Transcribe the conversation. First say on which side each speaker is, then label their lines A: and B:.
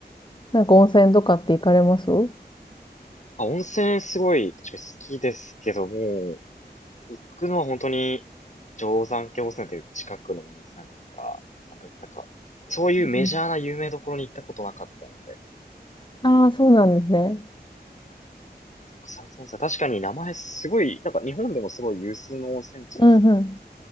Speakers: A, on the left; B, on the left.
A: なんか温泉とかって行かれますうん
B: あ、温泉すごい、確かに好きですけども、行くのは本当に、定山渓温泉という近くの温泉とか、なんか、なんかそういうメジャーな有名どころに行ったことなかったので、
A: うん。ああ、そうなんですね。
B: 草津温泉、確かに名前すごい、なんか日本でもすごい有数の温泉地です。
A: うんうん。